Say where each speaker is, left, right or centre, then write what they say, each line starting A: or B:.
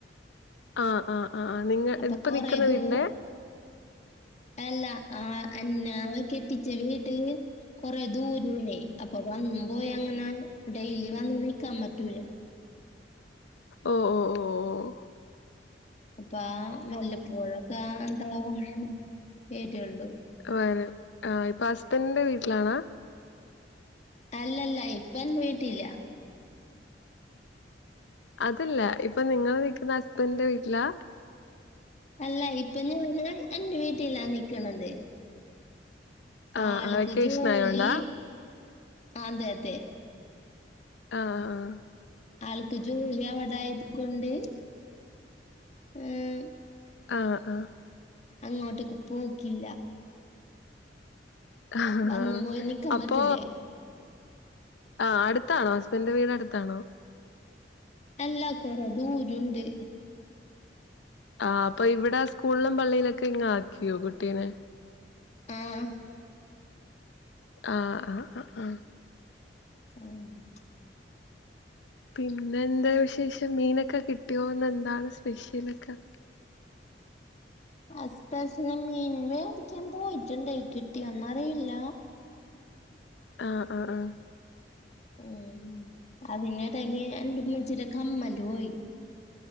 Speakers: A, on the left; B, on the left.
A: ആഹ് ആഹ് ആഹ് നിങ്ങ
B: അപ്പൊ
A: ഇപ്പ
B: കൊറേ
A: നിക്കുന്ന
B: ദൂ
A: വീടിന്റെ.
B: അല്ല ആഹ് എന്നെ കെട്ടിച്ചു വീട്. കൊറെ ദൂരമാണേ, അപ്പൊ വന്നും പോയി അങ്ങനെ ഡെയിലി വന്ന് നിൽക്കാൻ പറ്റൂല.
A: ഓഹ് ഓഹ് ഓഹ് ഓഹ്.
B: അപ്പ ആഹ് വല്ലപ്പോഴുമൊക്കെ ആഹ് എന്താവും ഉം വരുള്ളൂ.
A: വരെ ആഹ് ഇപ്പൊ ഹുസ്ബൻഡിന്റെ വീട്ടിലാണോ?
B: അല്ലല്ല ഇപ്പം എൻ്റെ വീട്ടിലില്ല.
A: അതല്ല ഇപ്പൊ നിങ്ങള് നിക്കുന്ന ഹസ്ബൻഡിന്റെ വീട്ടിലാ.
B: അല്ല ഇപ്പൊ ഞാന് എൻ്റെ വീട്ടിലാ നിക്കണത്.
A: ആഹ്
B: ആൾക്ക്
A: ആഹ് വെക്കേഷൻ
B: ജോലി,
A: ആയോണ്ടാ
B: അതെ അതെ.
A: ആഹ്
B: ആൾക്ക് ജോലി അവിടെ ആയതുകൊണ്ട്. ഉം
A: ആഹ് ആഹ്
B: അങ്ങോട്ടേക്ക് പോക്കില്ല.
A: ആഹ്
B: വന്നും പോയി നിക്കാൻ
A: അപ്പൊ.
B: പറ്റൂലേ
A: ആഹ് അടുത്താണോ ഹസ്ബൻഡിന്റെ വീട് അടുത്താണോ?
B: എല്ലാ കൊറെ ദൂരമുണ്ട്.
A: ആഹ് അപ്പൊ ഇവിടെ സ്കൂളിലും പള്ളിയിലൊക്കെ ഇങ്ങ് ആക്കിയോ കുട്ടിനെ.
B: ആഹ്
A: ആഹ് ആഹ് ആഹ് ആഹ്.
B: ആഹ്
A: പിന്നെ എന്താ വിശേഷം മീൻ ഒക്കെ കിട്ടിയൊന്ന്, ഇന്ന് എന്താണ് സ്പെഷ്യലൊക്കെ.
B: ഹുസ്ബൻഡ് മീൻ മേടിക്കാൻ പോയിട്ടുണ്ട് കിട്ടിയൊന്നുറിയില്ല.
A: ആഹ് ആഹ് ആഹ്.
B: ഉം അതിനിടയിൽ എന്റെ ഉമ്മച്ചിടെ കമ്മല് പോയി.